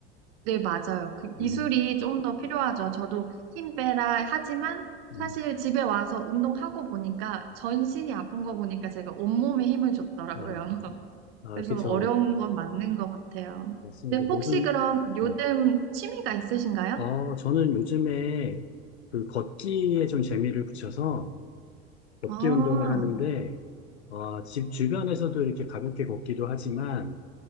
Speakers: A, on the right; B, on the left.
A: 네, 맞아요. 그 기술이
B: 음,
A: 좀 더 필요하죠. 저도 힘 빼라 하지만
B: 음,
A: 사실 집에 와서 운동하고 보니까 전신이 아픈 거 보니까 제가 온몸에 힘을 줬더라고요.
B: 아,
A: <laughs>
B: 아,
A: 그래서
B: 그쵸.
A: 어려운 건 맞는 것 같아요.
B: 맞습니다.
A: 근데
B: 모든,
A: 혹시 그럼 요즘
B: 음.
A: 취미가 있으신가요?
B: 아, 저는 요즘에 그 걷기에 좀 재미를 붙여서, 걷기
A: 아,
B: 운동을 하는데, 어, 집 주변에서도 이렇게 가볍게 걷기도 하지만,